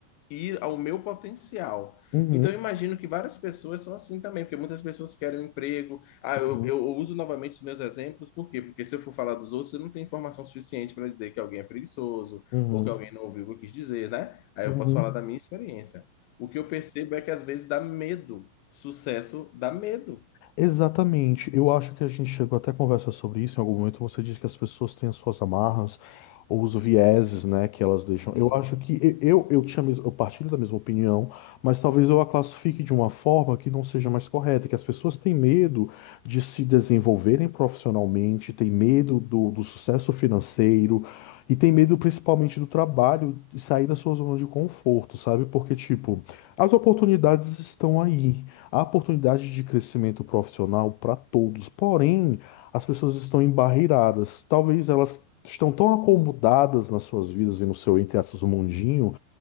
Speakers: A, on the left; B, on the left.
A: ir ao meu potencial.
B: Uhum.
A: Então, eu imagino que várias pessoas são assim também, porque muitas pessoas querem um emprego. Ah,
B: Uhum.
A: eu, eu uso novamente os meus exemplos, por quê? Porque se eu for falar dos outros, eu não tenho informação suficiente para dizer que alguém é preguiçoso
B: Uhum.
A: ou que alguém não ouviu o que eu quis dizer, né? Aí
B: Uhum.
A: eu posso falar da minha experiência. O que eu percebo é que às vezes dá medo. Sucesso dá medo.
B: Exatamente. Eu acho que a gente chegou até a conversar sobre isso em algum momento. Você disse que as pessoas têm as suas amarras ou os vieses, né, que elas deixam.
A: Sim.
B: Eu acho que e- eu eu tinha mes- eu partilho da mesma opinião, mas talvez eu a classifique de uma forma que não seja mais correta, que as pessoas têm medo de se desenvolverem profissionalmente, têm medo do, do sucesso financeiro e têm medo principalmente do trabalho, de sair da sua zona de conforto, sabe? Porque, tipo, as oportunidades estão aí. Há oportunidade de crescimento profissional para todos, porém, as pessoas estão embarreiradas. Talvez elas estão tão acomodadas nas suas vidas e no seu, entre aspas, mundinho,